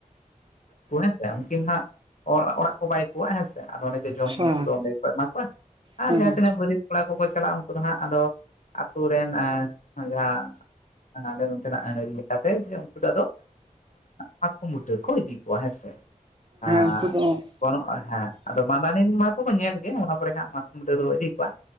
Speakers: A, on the left; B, on the right.
A: ᱦᱮᱸᱥᱮ ᱩᱱᱠᱤᱱ ᱱᱟᱦᱟᱜ ᱚᱲᱟᱜ ᱠᱚ ᱵᱟᱭ ᱠᱚᱣᱟ ᱦᱮᱸᱥᱮ ᱟᱫᱚ ᱚᱸᱰᱮ ᱡᱚᱢ
B: ᱦᱮᱸ
A: ᱧᱩᱢ ᱠᱚᱫᱚ
B: ᱦᱮᱸ
A: ᱚᱸᱰᱮ ᱜᱮᱠᱚ ᱮᱢᱟ ᱠᱚᱣᱟ ᱟᱨ
B: ᱦᱮᱸ
A: ᱡᱟᱸᱦᱟ ᱛᱤᱱᱟᱹᱜ
B: ᱦᱮᱸ ᱦᱮᱸ
A: ᱵᱟᱹᱨᱭᱟᱛ ᱠᱚᱲᱟ ᱠᱚᱠᱚ ᱪᱟᱞᱟᱜᱼᱟ ᱩᱱᱠᱩ ᱫᱚ ᱦᱟᱸᱜ ᱟᱫᱚ ᱟᱛᱳ ᱨᱮᱱ ᱡᱟᱦᱟᱸ ᱦᱟᱸᱰᱮ ᱵᱚᱱ ᱪᱟᱞᱟᱜᱼᱟ ᱚᱸᱰᱮ ᱤᱭᱟᱹ ᱠᱟᱛᱮ ᱡᱮ ᱩᱱᱠᱩ ᱫᱚ ᱟᱫᱚ ᱢᱟᱛᱠᱚᱢ ᱵᱩᱴᱟᱹ ᱠᱚ ᱤᱫᱤ ᱠᱚᱣᱟ ᱦᱮᱸᱥᱮ ᱦᱮᱸ
B: ᱩᱱᱠᱩ ᱫᱚ
A: ᱜᱚᱱᱚᱜᱼᱟ ᱦᱮᱸ ᱟᱫᱚ ᱵᱟᱸᱫᱟᱱᱤ ᱢᱟᱛᱚ ᱠᱚ ᱧᱮᱞ ᱚᱱᱟ ᱯᱚᱨᱮ ᱦᱟᱸᱜ ᱢᱟᱛᱠᱚᱢ ᱵᱩᱴᱟᱹ ᱫᱚᱵᱚ ᱤᱫᱤ ᱠᱚᱣᱟ